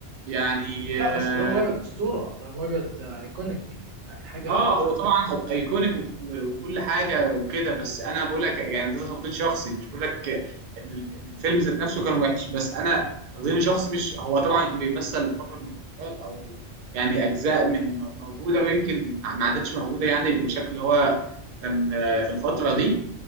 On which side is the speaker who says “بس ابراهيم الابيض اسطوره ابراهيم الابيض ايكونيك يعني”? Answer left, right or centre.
Right